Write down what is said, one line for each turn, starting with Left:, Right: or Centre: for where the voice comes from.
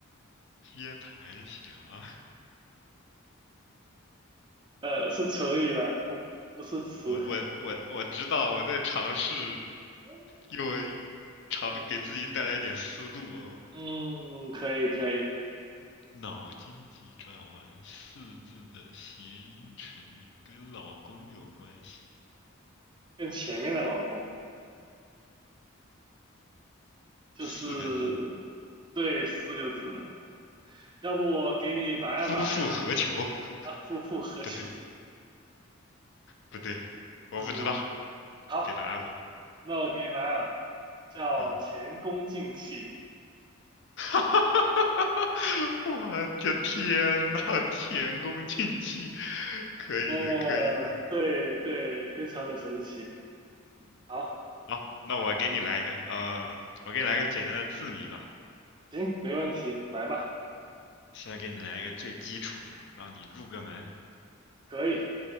Left: 接盘侠。
Right: 呃，是成语啊，不不是词。
Left: <laughs> 我我我我知道，我在尝试
Right: 嗯
Left: 用尝给自己带来一点思路哦。
Right: 嗯可以可以，
Left: 脑筋急转弯四字的谐音成语跟老公有关系，
Right: 跟前面的老公就是
Left: 四个字的
Right: 对四个字的，要不我给你答案吧？
Left: 夫复何求？
Right: <laughs>
Left: <laughs>
Right: 啊，复复合球。
Left: 不对，不对，我不知道，
Right: 嗯，好。
Left: 给答案吧。
Right: 那我给你答案，叫前功尽弃。
Left: 嗯，<laughs> 哈哈哈哈哈哈！我的天呐，前功尽弃，可以的，
Right: 呃，
Left: 可以的。
Right: 对对，非常的神奇。好，
Left: 好，那我给你来一个，呃，我给你来个简单的字谜吧。
Right: 行，没问题，来吧，
Left: 现在给你来一个最基础的，让你入个门。
Right: 可以。